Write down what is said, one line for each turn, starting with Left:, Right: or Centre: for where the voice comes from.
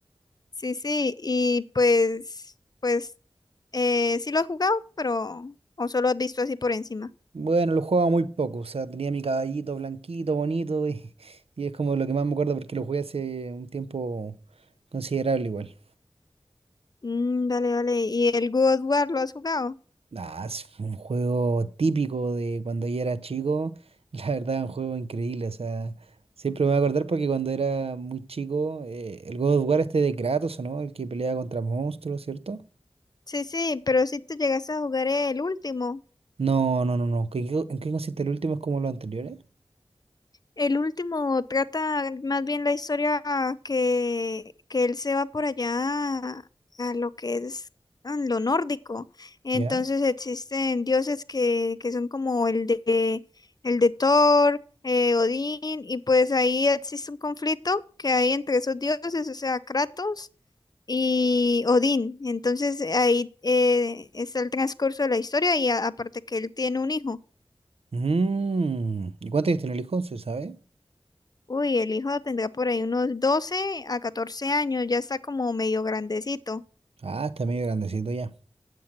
Left: Sí, sí, y pues, pues, eh, sí lo has jugado, pero, o solo has visto así por encima.
Right: Bueno, lo jugaba muy poco, o sea, tenía mi caballito blanquito, bonito, y, <laughs> y es como lo que más me acuerdo porque lo jugué hace un tiempo considerable igual.
Left: Mm, dale, dale, ¿y el God of War lo has jugado?
Right: Ah, es un juego típico de cuando yo era chico, <laughs> la verdad es un juego increíble, o sea, siempre me voy a acordar porque cuando era muy chico, eh, el God of War este de Kratos, ¿o no? El que peleaba contra monstruos, ¿cierto?
Left: Sí, sí, pero si te llegas a jugar el último.
Right: No, no, no, no, ¿qué- qué- ¿en qué consiste el último? ¿Es como los anteriores?
Left: El último trata más bien la historia que, que él se va por allá a, lo que es a lo nórdico. Entonces
Right: ¿Ya?
Left: existen dioses que, que son como el de el de Thor, eh, Odín, y pues ahí existe un conflicto que hay entre esos dioses, o sea, Kratos y Odín. Entonces ahí eh, está el transcurso de la historia y a- aparte que él tiene un hijo.
Right: Mm, ¿Y cuántos años tiene el hijo? ¿Se sabe?
Left: Uy, el hijo tendrá por ahí unos 12 a 14 años, ya está como medio grandecito.
Right: Ah, está medio grandecito ya.